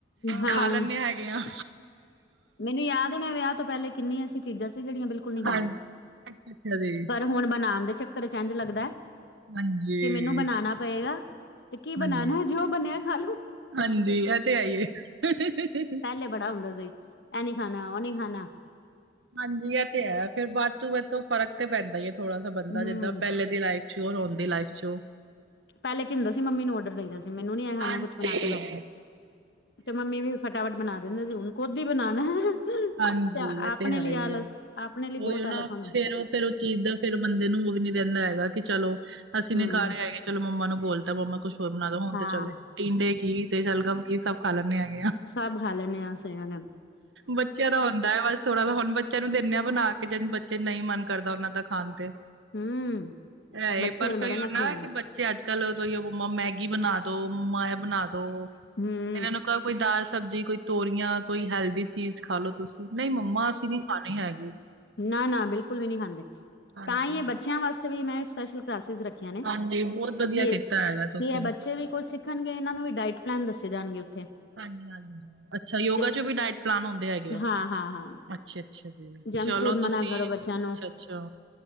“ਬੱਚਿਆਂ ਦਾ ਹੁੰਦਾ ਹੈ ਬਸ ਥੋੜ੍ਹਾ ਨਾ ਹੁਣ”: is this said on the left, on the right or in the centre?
Right